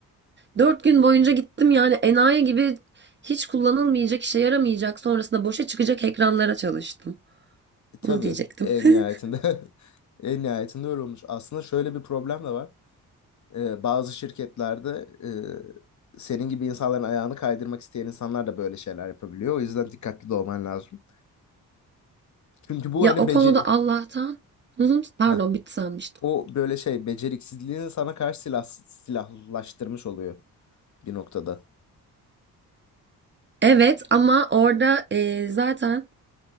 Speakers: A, on the right; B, on the left.
A: Dört gün boyunca gittim yani enayi gibi hiç kullanılmayacak, işe yaramayacak, sonrasında boşa çıkacak ekranlara çalıştım.
B: Tabii
A: Bunu diyecektim.
B: en nihayetinde
A: <laughs>
B: <laughs> en nihayetinde öyle olmuş. Aslında şöyle bir problem de var. Ee, bazı şirketlerde e, senin gibi insanların ayağını kaydırmak isteyen insanlar da böyle şeyler yapabiliyor. O yüzden dikkatli de olman lazım. Çünkü bu
A: Ya
B: hani
A: o
B: beceri
A: konuda Allah'tan. Hı hı, Pardon
B: Heh.
A: bitti sanmıştım.
B: o böyle şey beceriksizliğini sana karşı silah silahlaştırmış oluyor bir noktada.
A: Evet ama orada e, zaten